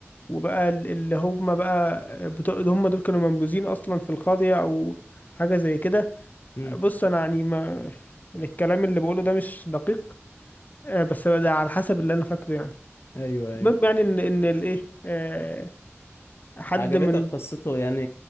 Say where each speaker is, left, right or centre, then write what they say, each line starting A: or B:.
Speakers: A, on the left; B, on the left.
A: وبقى ال- اللي هم بقى بتوع هم دول كانوا منبوذين اصلا في القاضية او حاجة زي كده
B: امم
A: بص انا يعني ما يعني الكلام اللي بقوله ده مش دقيق آه، بس ده على حسب اللي انا فاكره يعني
B: ايوه ايوه
A: المهم يعني ان ان الايه آه، حد
B: عجبتك
A: من
B: قصته يعني